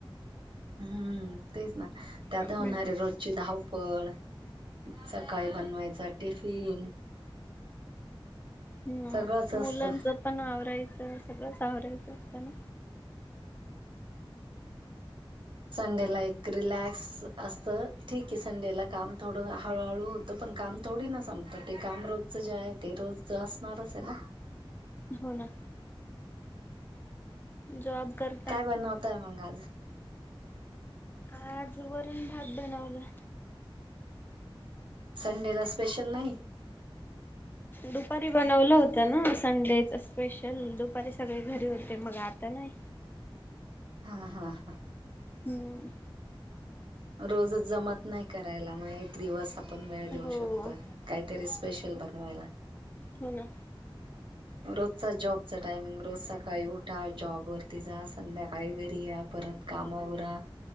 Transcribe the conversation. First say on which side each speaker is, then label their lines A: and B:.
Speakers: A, on the right; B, on the left.
A: हम्म तेच ना त्यात
B: हम्म
A: होणारे रोजची धावपळ. च् सकाळी बनवायचा टिफिन.
B: हम्म
A: सगळंच असतं
B: मुलांच पण आवरायचं सगळंच आवरायचं असतं ना.
A: संडे ला एक एक रिलॅक्स. असतं ठीक आहे संडेला काम थोडं हळूहळू होतं पण काम थोडी ना संपतं ते काम रोज. जे आहे ते रोज असणारच आहे ना.
B: हो ना जॉब कर.
A: काय बनवतय मग आज
B: आज वरून भात बनवला.
A: संडेला स्पेशल नाही.
B: दुपारी बनवलं होतं ना संडेच स्पेशल दुपारी सगळे घरी होते मग आता नाही.
A: हा हा हा
B: हम्म
A: रोजच जमत नाही करायला मग एक दिवस आपण वेळ देऊ
B: हो
A: शकतोय काहीतरी स्पेशल बनवायला.
B: हो ना
A: रोजचा जॉबचा टायमिंग रोज सकाळी उठा जॉबवररती जा संध्याकाळी घरी या. परत कामा उरा